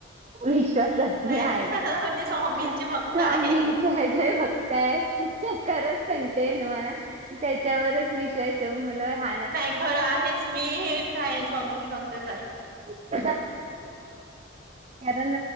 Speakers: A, on the right; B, on the right.
A: विश्वासातली
B: म्हणजे
A: आहे
B: स्वामींचे
A: स्वामी.
B: भक्त आहे.
A: जय जय बक्तय खरच सांगतेय तुम्हाला. त्याच्यावरच विश्वास ठेऊ मु ह
B: नाही खरं आहेच मी हे काय स्वामींची फक्तच आहे.
A: <inaudible> कारण